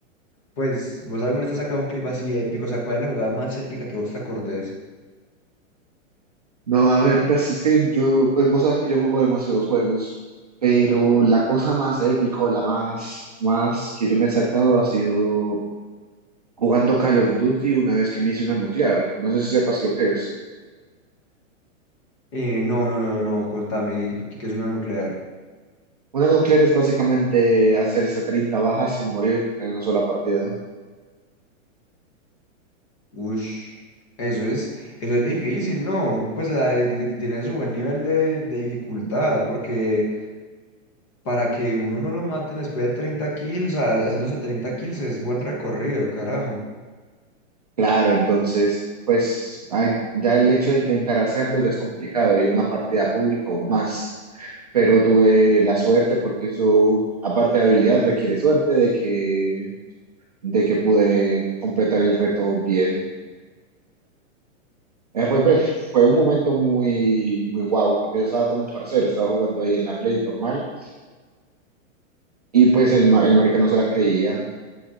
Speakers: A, on the left (about 25°); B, on the right (about 30°).
A: Pues vos alguna vez te has sacado un clip así épico, o sea, ¿cuál es la jugada más épica que vos te acordés?
B: No, a ver, pues es que yo, pues vos sabes que yo juego demasiados juegos, pero la cosa más épico, la más, más que yo me he sacado ha sido jugando Call of Duty una vez que me hice una nuclear. No sé si sepas lo que es.
A: Eh, no, no, no, no, no, contame, ¿qué, qué es una nuclear?
B: Una nuclear es básicamente hacerse 30 bajas sin morir en una sola partida.
A: Ush, eso es, eso es difícil, ¿no? Pues o sea, eh, ti- ti- tiene su buen nivel de, de dificultad, porque para que uno no lo maten después de 30 kills, o sea, haciéndose 30 kills es buen recorrido, carajo.
B: Claro, entonces, pues ay, ya el hecho de intentar hacerlo ya es complicado y una partida pública aún más. Pero tuve la suerte porque eso, aparte de habilidad, requiere suerte de que, de que pude completar el reto bien. Eh, fue, pues, fue un momento muy, muy guau porque yo estaba con un parcero, estaba jugando ahí en la Play normal y pues el, ma- el marica no se la creía.